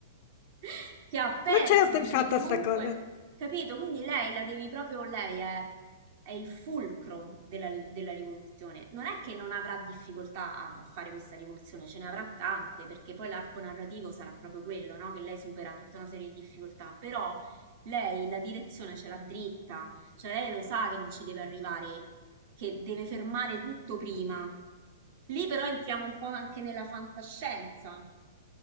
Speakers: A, on the right; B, on the left.
A: <laughs> che ha perso
B: Non ci avevo pensato
A: perché comunque,
B: a sta cosa.
A: capito? Quindi lei la devi proprio, lei è, è il fulcro della, ri- della rivoluzione. Non è che non avrà difficoltà a fare questa rivoluzione, ce ne avrà tante perché poi l'arco narrativo sarà proprio quello, no? Che lei supera tutta una serie di difficoltà, però lei la direzione ce l'ha dritta, cioè lei lo sa che non ci deve arrivare, che deve fermare tutto prima. Lì però entriamo un po' anche nella fantascienza,